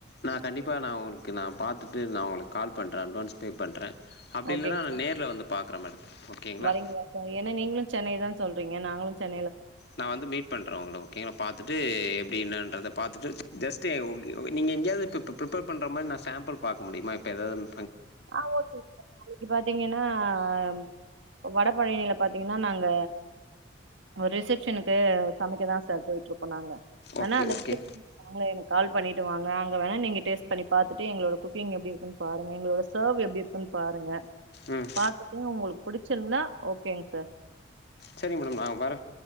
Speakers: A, on the left (about 55°); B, on the right (about 70°).
A: நா கண்டிப்பா நான் உங்களுக்கு நா பாத் வந்துட்டு நாஉனக்கு கால் பண்றேன் அட்வான்ஸ் பே பண்றேன் அப்பிடி
B: ஓகேங்க
A: இல்லன நா
B: சார்
A: நேர்ல வந்து பாக் வரே மேடம் ஓகேங்களா
B: வரீங்களா சார் ஏன்னா நீங்களு சென்னை தான் சொல்றீங்க நாங்களும் சென்
A: நா வந்து மீட் பண்ற ஒங்ள ஓகேங்ள பாத்துட்டு எப்டி இன்னான்றத பாத்துட்டு ஜஸ்ட்டு <unintelligible> நீங் எங்யாது பிப்பு ப்ரிப்பேர் பண்ற மாரி நா சேம்புள் பாக்க முடியுமா இப்ப எதாதுன்
B: ஆ ஓகேங் சார் நாளக்கி பாத்தீங்கனா ஆ ம் வடபழனில பாத்தீங்கன்னா நாங்க ஒ ரிசப்ஷனுக்கு சமக்க தா சார் போயிட்ருக்கோ நாங்க வெனா
A: ஓகே
B: அந்த
A: ஓகே
B: <inaudible> கால் பண்ணிற் வாங்க அங்கவேனா நீங்க டேஸ்ட் பண்ணி பத்துட்டு எங்ளோட குக்கிங் எப்டி இருக்குன் பாருங்க எங்களோட சேர்வ் எப்டி இருக்குன் பாருங்க
A: ம்
B: பாத்துட்டு உங்ளுக் புடுச்சுர்ந்தா ஓகேங்சார்
A: சரிங் மேடம் நா அங் வர